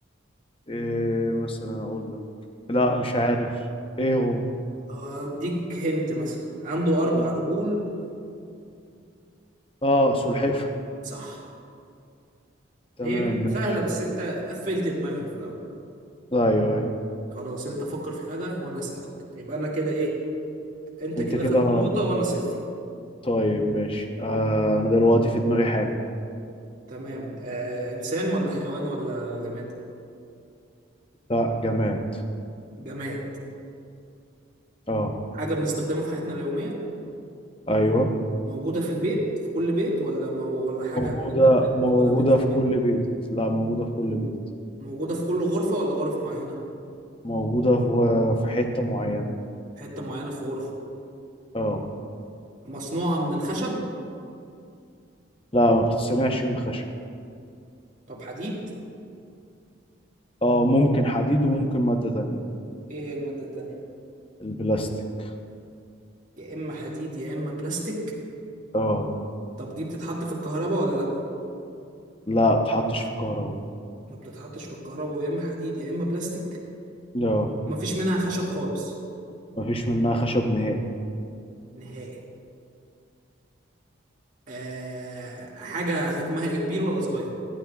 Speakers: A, on the left; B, on the right.
A: ايه مثلا اقول لك لا مش عارف ايه هو
B: اديك هنت مثلا عنده اربع
A: هو
B: رجول
A: اه سلحفة
B: صح
A: تمام
B: هي كانت
A: ماشي
B: سهله بس انت قفلت دماغك في الاول
A: ايوه ايوه
B: خلاص انت فكر في حاجه وانا هسالك يبقى انا كده ايه انت
A: انت
B: كده
A: كده
B: خدت نقطه وانا صفر
A: طيب ماشي آه انا دلوقتي في دماغي حاجة
B: تمام آه انسان ولا حيوان ولا جماد
A: لا جماد
B: جماد
A: اه
B: حاجه بنستخدمها في حياتنا اليوميه
A: ايوه
B: موجودة في البيت في كل بيت ولا مو... ولا حاجة
A: موجودة
B: انت بتاخدها
A: موجودة
B: تنزل
A: في
B: بيها
A: كل بيت لا موجودة في كل بيت
B: موجودة في كل غرفة ولا غرف معينة
A: موجودة في في حتة معينة
B: حتة معينة في غرفة
A: اه
B: مصنوعة من الخشب
A: لا ما بتتصنعش من خشب
B: طب حديد
A: اه ممكن حديد وممكن مادة تانية
B: ايه هي المادة التانية
A: البلاستيك
B: يا اما حديد يا اما بلاستيك
A: اه
B: طب دي بتتحط في الكهرباء ولا لا
A: لا بتحطش في الكهرباء
B: ما بتتحطش في الكهرباء يا اما حديد يا اما بلاستيك
A: اه
B: مفيش منها خشب خالص
A: مفيش منها خشب نهائي
B: نهائي أه... حاجة حجمها ايه كبير ولا صغير